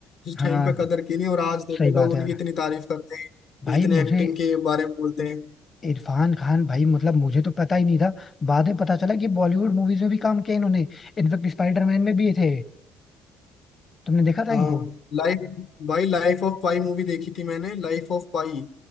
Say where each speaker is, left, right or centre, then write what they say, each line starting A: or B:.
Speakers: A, on the left; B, on the left.
A: जिस
B: हाँ
A: टाइम पे कदर की नहीं और आज देखो
B: सही बात
A: लोग उनकी
B: है यार
A: इतनी तारीफ करते हैं
B: भाई
A: इतने
B: मुझे
A: एक्टिंग के बारे में बोलते हैं
B: इरफान खान भाई मतलब मुझे तो पता ही नहीं था बाद में पता चला कि बॉलीवुड मूवीज में भी काम किया इन्होंने इनफेक्ट स्पाइडरमैन में भी ये थे तुमने देखा था
A: हाँ
B: इनको
A: लाइफ भाई लाइफ ऑफ पाई मूवी देखी थी मैंने लाइफ ऑफ पाई